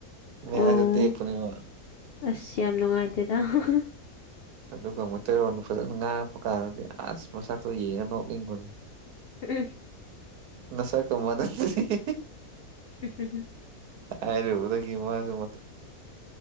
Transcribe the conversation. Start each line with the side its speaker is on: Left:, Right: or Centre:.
Right: ꯃꯌꯥꯖꯨ
Left: ꯑꯣ
Right: ꯇꯦꯛꯄꯅꯤ ꯃꯣꯏ
Left: ꯑꯁ ꯌꯥꯝ ꯅꯨꯡꯉꯥꯏꯇꯦꯗ ꯍ ꯍ
Right: ꯑꯗꯨꯒ ꯃꯤꯇꯩꯔꯣꯟꯗꯣ ꯐꯖꯅ ꯉꯥꯡꯉꯛꯄ ꯀꯥꯟꯗꯗꯤ ꯑꯁ ꯃꯁꯛꯇꯣ ꯌꯦꯡꯉ ꯅꯣꯛꯅꯤꯡꯕꯅꯤ
Left: ꯎꯨꯝ
Right: ꯅꯁꯛ ꯀ ꯃꯥꯅꯗꯦ ꯍꯦꯍꯦ
Left: ꯍ ꯍꯨꯝꯝ
Right: ꯍꯥꯏꯔꯨꯕꯗꯒꯤ ꯃꯥꯁꯨ ꯃꯠꯇ